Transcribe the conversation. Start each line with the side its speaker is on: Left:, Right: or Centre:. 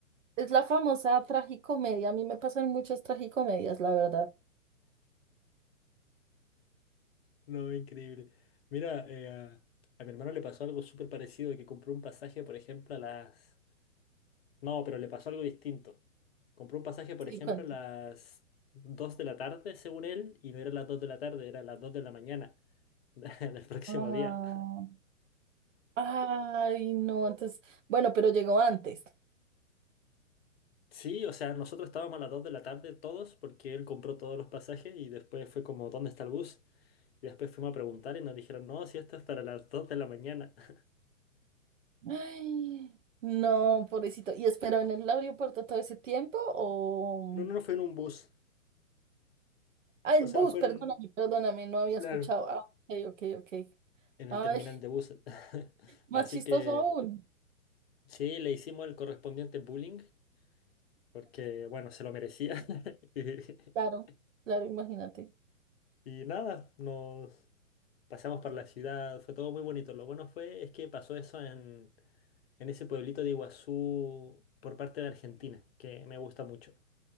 Right: Es la famosa tragicomedia. A mí me pasan muchas tragicomedias, la verdad.
Left: No, increíble. Mira, eh, a, a mi hermano le pasó algo súper parecido, que compró un pasaje, por ejemplo, a las... No, pero le pasó algo distinto. Compró un pasaje, por
Right: Sí,
Left: ejemplo,
Right: cuento.
Left: a las 2 de la tarde, según él, y no era las 2 de la tarde, era las 2 de la mañana <laughs> del próximo
Right: Ah,
Left: día.
Right: ay, no, entonces, bueno, pero llegó antes.
Left: Sí, o sea, nosotros estábamos a las 2 de la tarde todos porque él compró todos los pasajes y después fue como, ¿dónde está el bus? Y después fuimos a preguntar y nos dijeron, no, si esto es para las dos de la mañana. <laughs>
Right: Ay, no, pobrecito. ¿Y esperó en el aeropuerto todo ese tiempo o...?
Left: No, no, no fue en un bus.
Right: Ah,
Left: O
Right: el
Left: sea,
Right: bus,
Left: fue
Right: perdóname,
Left: en...
Right: perdóname, no había
Left: Claro.
Right: escuchado. Ah, ok, ok, ok.
Left: En
Right: Ay,
Left: el terminal de buses. <laughs>
Right: más
Left: Así
Right: chistoso
Left: que
Right: aún.
Left: sí, le hicimos el correspondiente bullying porque, bueno, se lo merecía. <laughs>
Right: Claro, claro, imagínate.
Left: Y nada, nos pasamos por la ciudad, fue todo muy bonito. Lo bueno fue es que pasó eso en, en ese pueblito de Iguazú por parte de Argentina, que me gusta mucho.